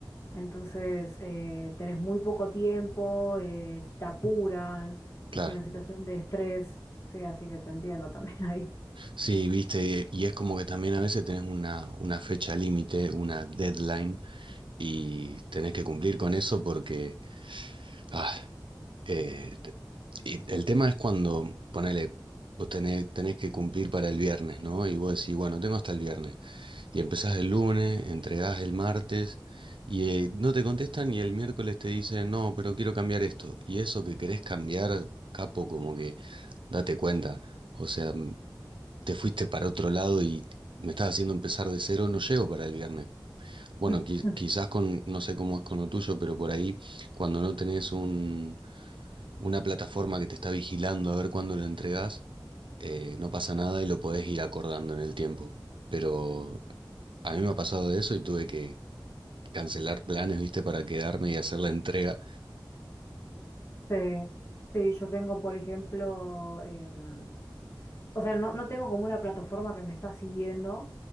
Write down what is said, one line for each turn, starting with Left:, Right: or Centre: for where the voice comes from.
Left: entonces eh, tenés muy poco tiempo, eh, te apuran,
Right: Claro,
Left: es una situación de estrés, sí, así que te entiendo también ahí.
Right: sí, viste, y y es como que también a veces tenés una, una fecha límite, una deadline, y tenés que cumplir con eso porque ah, eh, te- y el tema es cuando, ponele, vos tenés, tenés que cumplir para el viernes, ¿no? Y vos decís, bueno, tengo hasta el viernes. Y empezás el lunes, entregás el martes y eh, no te contestan y el miércoles te dicen, no, pero quiero cambiar esto. Y eso que querés cambiar, capo, como que date cuenta. O sea, m- te fuiste para otro lado y me estás haciendo empezar de cero, no llego para el viernes.
Left: <laughs>
Right: Bueno, qui- quizás con, no sé cómo es con lo tuyo, pero por ahí cuando no tenés un, una plataforma que te está vigilando a ver cuándo lo entregás, eh, no pasa nada y lo podés ir acordando en el tiempo. Pero a mí me ha pasado de eso y tuve que cancelar planes, viste, para quedarme y hacer la entrega.
Left: Sí, sí, yo tengo, por ejemplo, em, O sea, no, no tengo como una plataforma que me está siguiendo,